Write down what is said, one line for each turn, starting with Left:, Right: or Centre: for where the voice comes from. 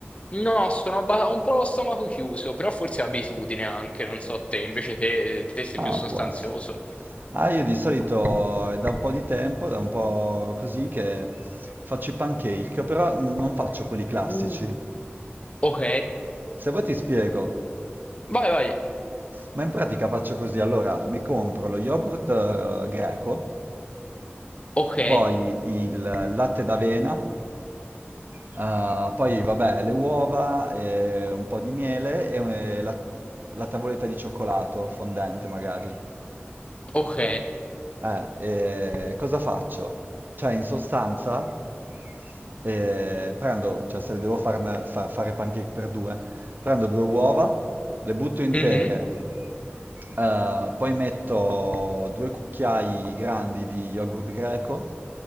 Left: No, sono abba- ho un po' lo stomaco chiuso, però forse è abitudine anche, non so te, invece te, te sei
Right: Ah,
Left: più sostanzioso.
Right: può essere. Ah, io di solito è da un po' di tempo, da un po' così, che faccio i pancake, però non faccio quelli classici.
Left: Uh. Ok,
Right: Se vuoi ti spiego,
Left: vai, vai.
Right: ma in pratica faccio così, allora mi compro lo yogurt eh, greco,
Left: Ok,
Right: poi il latte d'avena, Ah, poi vabbè, le uova, eh, un po' di miele e eh, la, la tavoletta di cioccolato fondente magari.
Left: ok.
Right: Eh, eh, cosa faccio? Cioè, in sostanza, eh, prendo, cioè se le devo farne- fa- fare pancake per due, prendo due uova, le butto intere,
Left: Mhm.
Right: eh, poi metto due cucchiai grandi di yogurt greco,